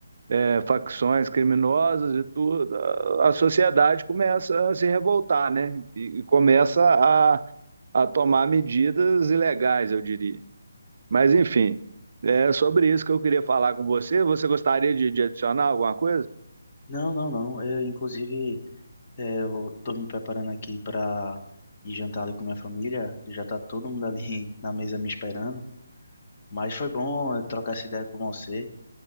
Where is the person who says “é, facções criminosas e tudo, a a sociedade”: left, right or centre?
Right